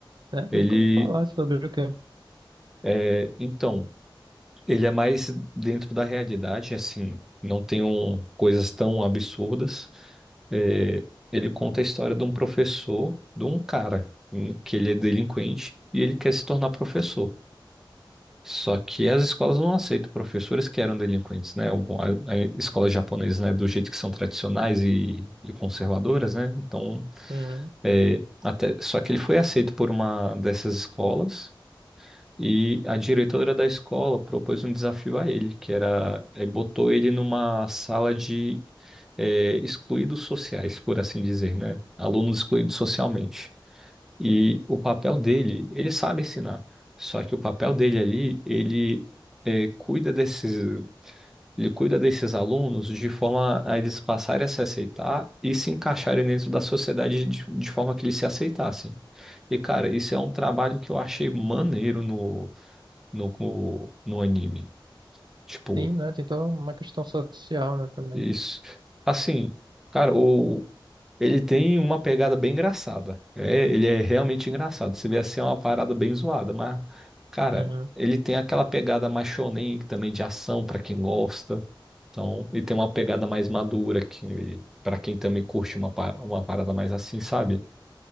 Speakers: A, on the right (about 60°); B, in the centre.
A: né?
B: Ele.
A: Nunca ouvi falar sobre o quê?
B: é, então, ele é mais dentro da realidade, assim. Não tem um- coisas tão absurdas. É, ele conta a história de um professor, de um cara, hum, que ele é delinquente e ele quer se tornar professor. Só que as escolas não aceitam professores que eram delinquentes, né? O- A, a escola japonesa, né, do jeito que são tradicionais e, e conservadoras, né? Então,
A: Uhum.
B: é, até, só que ele foi aceito por uma dessas escolas e a diretora da escola propôs um desafio a ele, que era, é, botou ele numa sala de, é, excluídos sociais, por assim dizer, né? Alunos excluídos socialmente. E o papel dele, ele sabe ensinar. Só que o papel dele ali, ele é, cuida desses, ele cuida desses alunos de forma a eles passarem a se aceitar e se encaixarem dentro da sociedade de, de forma que eles se aceitassem. E, cara, isso é um trabalho que eu achei maneiro no, no, no, no anime. Tipo,
A: Sim, né? Tem toda uma questão social, né, também.
B: isso. Assim, cara, o. Ele tem uma pegada bem engraçada. É, ele é realmente engraçado. Você vê assim, é uma parada bem zoada, mas, cara,
A: Uhum.
B: ele tem aquela pegada mais shonen também de ação pra quem gosta. Então, ele tem uma pegada mais madura que para quem também curte uma, pa- uma parada mais assim, sabe?